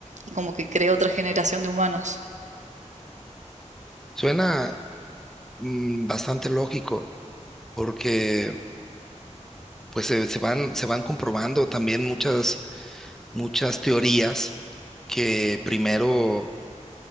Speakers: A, on the right; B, in the centre.
A: y como que crea otra generación de humanos.
B: Suena mm, bastante lógico, porque pues se, se van, se van comprobando también muchas, muchas teorías que primero